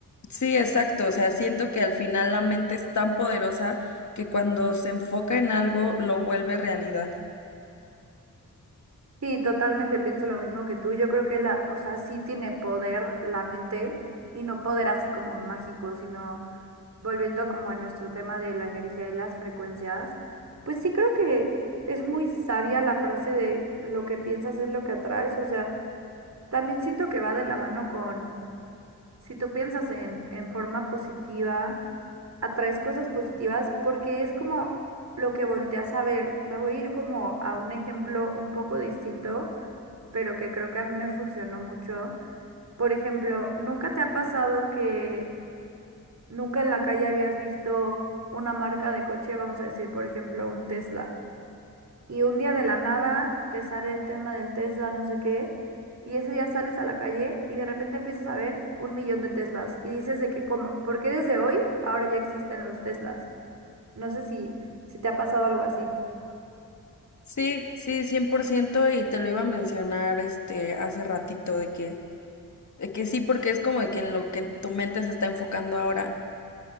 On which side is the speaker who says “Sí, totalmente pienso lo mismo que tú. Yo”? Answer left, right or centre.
Right